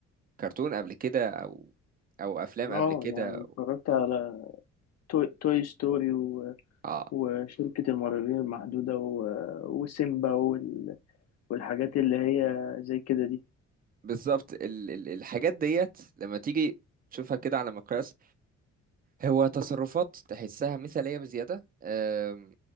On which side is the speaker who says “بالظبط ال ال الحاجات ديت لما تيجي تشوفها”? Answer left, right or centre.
Right